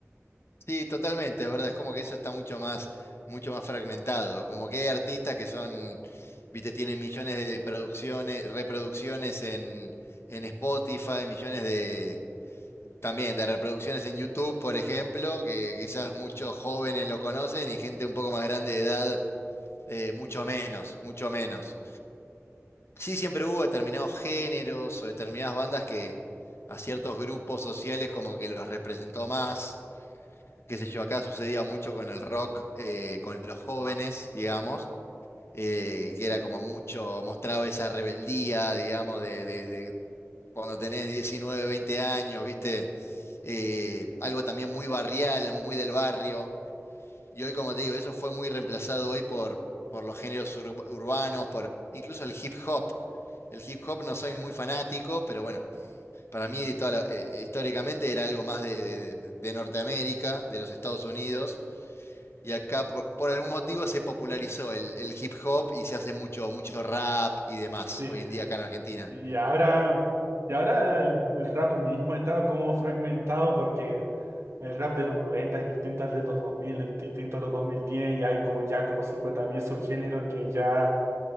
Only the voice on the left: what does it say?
Sí, totalmente, es verdad, es como que eso está mucho más, mucho más fragmentado. Como que hay artistas que son, viste, tienen millones de producciones, reproducciones en, en Spotify, millones de también de reproducciones en YouTube, por ejemplo, que quizás muchos jóvenes lo conocen y gente un poco más grande de edad, eh, mucho menos, mucho menos. Sí, siempre hubo determinados géneros o determinadas bandas que a ciertos grupos sociales como que los representó más. Qué sé yo, acá sucedía mucho con el rock, eh, con los jóvenes, digamos, eh, que era como mucho, mostraba esa rebeldía, digamos, de, de- de cuando tenés 19, 20 años, ¿viste? Eh, algo también muy barrial, muy del barrio. Y hoy, como te digo, eso fue muy reemplazado hoy por, por los géneros ur- urbanos, por incluso el hip hop. El hip hop no soy muy fanático, pero bueno, para mí toda la- eh, históricamente era algo más de, de- de- de Norteamérica, de los Estados Unidos, y acá por, por algún motivo se popularizó el, el hip hop y se hace mucho, mucho rap y demás
hoy en día acá en Argentina.